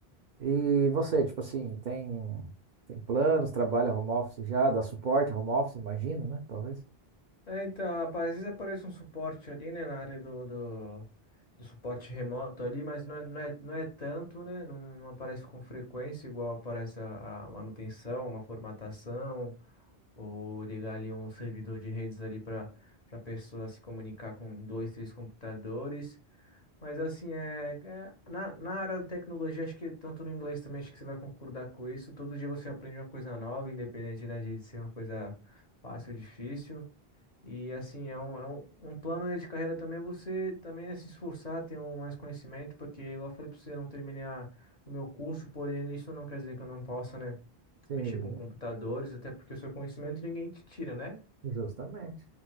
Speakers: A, on the right (about 55°); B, on the left (about 45°).
A: E você, tipo assim, tem, tem planos, trabalha home office já, dá suporte home office, imagino, né? Talvez.
B: É, então, rapaz, às vezes aparece um suporte ali, né, na área do, do, do suporte remoto ali, mas não é, não é, não é tanto, né? Não, não aparece com frequência igual aparece a, a manutenção, uma formatação, ou ligar ali um servidor de redes ali para para pessoa se comunicar com dois, três computadores. Mas assim, é, é- na, na área da tecnologia, acho que tanto no inglês também, acho que você vai concordar com isso. Todo dia você aprende uma coisa nova, independente, né, de ser uma coisa fácil ou difícil. E assim, é um, é um, um plano, né, de carreira também, é você também, né, se esforçar, ter um, mais conhecimento, porque, igual eu falei para você, eu não terminei a- o meu curso, porém isso não quer dizer que eu não possa, né?
A: Sim.
B: mexer com computadores, até porque o seu conhecimento ninguém te tira, né?
A: Justamente.